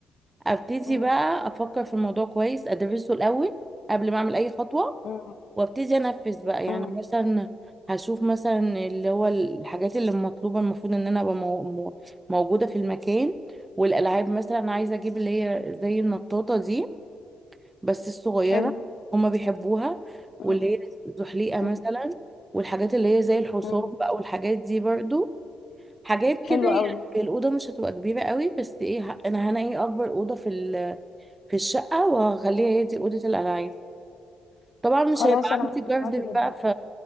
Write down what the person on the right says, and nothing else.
ابتدي
بقى افكر في الموضوع كويس ادرسه الاول قبل ما اعمل اي خطوه
وابتدي انفذ بقى
يعني مثلا هشوف مثلا اللي هو الحاجات اللي مطلوبه المفروض ان انا ابقى مو- مو- موجوده في المكان والالعاب مثلا عايزه اجيب اللي هي زي النطاطه دي بس الصغيره
هما بيحبوها
واللي هي زحليقه
مثلا والحاجات اللي هي زي الحصان
بقى والحاجات دي برضو حاجات كده
يعني
الاوضه مش هتبقى كبيره قوي بس ايه ه- انا هنقي اكبر اوضه في ال- في الشقه وهخليها هي دي اوضه الالعاب طبعا مش
هيبقى
عندي جاردن
بقى